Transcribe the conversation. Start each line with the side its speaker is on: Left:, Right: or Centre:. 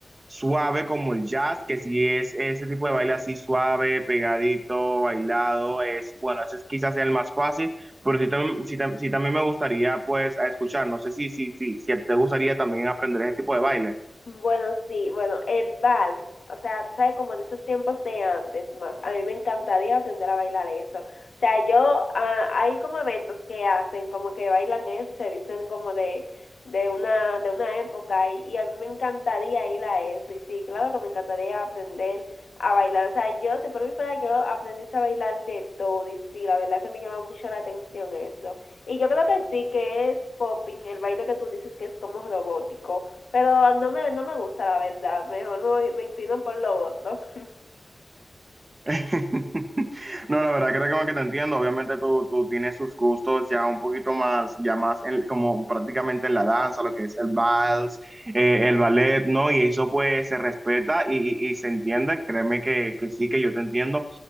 Right: suave como el jazz, que si es ese tipo de baile así suave, pegadito, bailado, es, bueno, ese es quizás sea el más fácil, pero sí, tam- sí tam- sí también me gustaría pues a escuchar, no sé si, si, si, si te gustaría también aprender ese tipo de baile.
Left: Bueno, sí, bueno, el vals, o sea, tú sabes, como de esos tiempos de antes más, a mí me encantaría aprender a bailar eso. O sea, yo, ah, hay como eventos que hacen, como que bailan eso y se visten como de, de una, de una época y, y a mí me encantaría ir a eso y sí, claro que me encantaría aprender a bailar. O sea, yo, si por mí fuera, yo aprendiese a bailar de todo y sí, la verdad que me llama mucho la atención eso. Y yo creo que sí, que es popping, el baile que tú dices que es como robótico. Pero no me, no me gusta la verdad, mejor me, voy- me inclino por lo otro. <laughs>
Right: <laughs> No, la verdad creo que como que te entiendo, obviamente tú, tú tienes sus gustos ya un poquito más, ya más en- como prácticamente en la danza, lo que es el vals, eh, el ballet, ¿no? Y eso pues se respeta y, y- y se entiende, créeme que, que sí, que yo te entiendo.